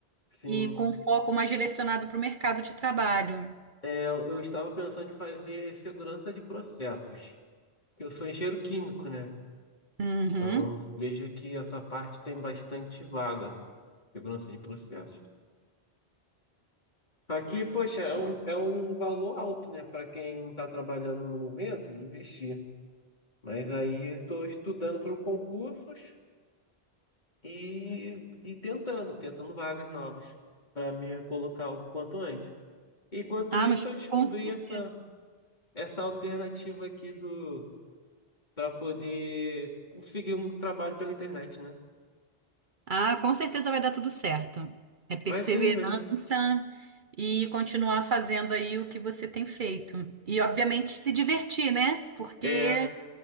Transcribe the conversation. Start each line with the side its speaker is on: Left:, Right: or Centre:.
Left: sim.
Right: E com foco mais direcionado para o mercado de trabalho.
Left: É, Eu estava pensando em fazer segurança de processos. Eu sou engenheiro químico, né?
Right: Uhum.
Left: Então vejo que essa parte tem bastante vaga, segurança de processos. Aqui, poxa, é um, é um valor alto, né, para quem está trabalhando no momento e investir. Mas aí estou estudando para concursos e, e tentando, tentando vagas novas para me colocar o quanto antes. Enquanto
Right: Ah,
Left: isso,
Right: mas
Left: eu descobri
Right: com certeza.
Left: essa, essa alternativa aqui do para poder conseguir um trabalho pela internet, né?
Right: Ah, com certeza vai dar tudo certo. É perseverança
Left: Vai sim, mas
Right: e continuar fazendo aí o que você tem feito. E, obviamente, se divertir, né? Porque
Left: é